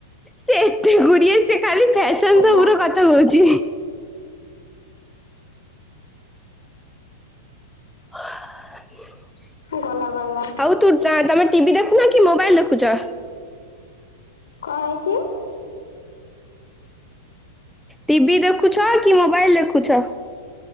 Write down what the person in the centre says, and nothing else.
ସେ ଏତେ ଗୁଡିଏ ସେ ଖାଲି ଫ୍ୟାସନ ସବୁର
କଥା କହୁଚି। ହ।
ଆଉ ତୁ ତମେ ଟିଭି ଦେଖୁନ କି ମୋବାଇଲ ଦେଖୁଚ?
ଟିଭି ଦେଖୁଛ କି ମୋବାଇଲ ଦେଖୁଛ?